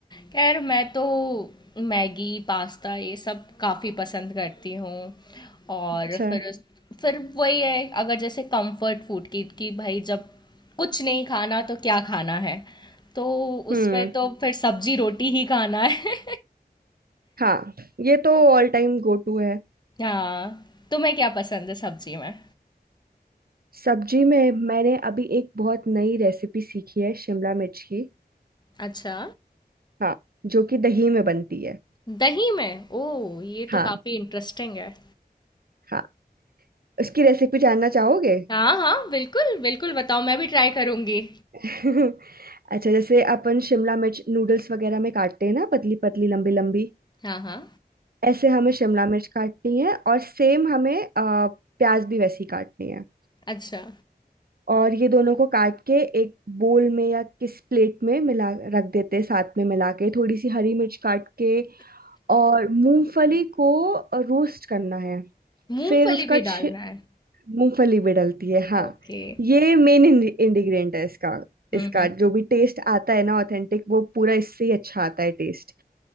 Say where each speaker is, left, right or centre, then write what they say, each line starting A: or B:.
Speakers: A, on the left; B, on the right.
A: खैर मैं तो मैगी पास्ता ये सब काफ़ी पसंद करती हूँ और
B: अच्छा
A: फिर उस फिर वही है अगर जैसे कंफर्ट फूड की कि भाई जब कुछ नहीं खाना तो क्या खाना है तो उसमें
B: हम्म
A: तो फिर सब्जी रोटी ही खाना है
B: हाँ ये तो ऑल टाइम गो टू है
A: <laughs> हाँ तुम्हें क्या पसंद है सब्जी में
B: सब्जी में मैंने अभी एक बहुत नई रेसिपी सीखी है शिमला मिर्च की
A: अच्छा
B: हाँ जो कि दही में बनती है
A: दही में ओ ये तो
B: हाँ
A: काफ़ी इंटरेस्टिंग है
B: हाँ उसकी रेसिपी जानना चाहोगे
A: हाँ हाँ बिल्कुल बिल्कुल बताओ मैं भी ट्राई करूंगी
B: <laughs> अच्छा जैसे अपन शिमला मिर्च नूडल्स वगैरह में काटते हैं ना पतली पतली लंबी लंबी
A: हाँ हाँ
B: ऐसे हमें शिमला मिर्च काटनी है और सेम हमें अ, प्याज भी वैसी काटनी है
A: अच्छा
B: और ये दोनों को काट के एक बोल में या किस प्लेट में मिला रख देते हैं साथ में मिला के थोड़ी सी हरी मिर्च काट के और मूंगफली को रोस्ट करना है
A: मूंगफली
B: फिर उसका
A: भी
B: छ
A: डालना है
B: मूंगफली भी डलती है हाँ
A: ओके
B: ये मेन इंग्रेडिएंट है इसका
A: हम्म
B: इसका
A: हम्म
B: जो भी टेस्ट आता है ना ऑथेंटिक वो पूरा इससे ही अच्छा आता है टेस्ट